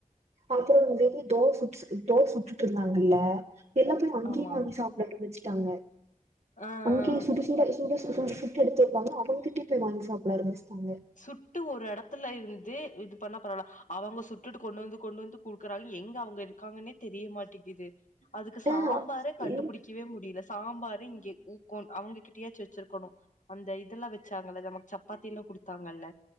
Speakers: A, on the right (about 50°); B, on the left (about 70°).
A: அப்புறோ வந்துட்டு தோச சு தோசை சுட்டுட்டு இருந்தாங்ல்ல எல்லா போய் அங்கே
B: ஆமா
A: வாங்கி சாப் லட்டு பிரிச்சிட்டாங்க
B: ஆ
A: அங்கேயே
B: ஆ
A: சுடு சுட சுடு சு சு சுட்டு எடுத்து வெப்பாங்க அவுங்க கிட்டயே போய் வாங்கி சாப்பிட ஆரம்பிச்சிட்டாங்க
B: சுட்டு ஒரு எடத்துல இருந்து இது பண்ண பரல அவுங்க சுட்டுட்டு கொண்டு வந்து கொண்டு வந்து குடுக்குறாங்க எங்க அவுங்க இருக்காங்கன்னே தெரிய மாட்டேங்கிது அதுக்கு சாம்பாரே
A: ஆ
B: கண்டுபுடிக் க்கவே முடியல சாம்பாரு இங்கே ஊக்கோன் அவங்க கிட்டயேச்சு வச்சிருக்கணு அந்த இதெல்லா வச்சாங்கல நமக்கு சப்பாத்தில்லா குடுத்தாங்கல்ல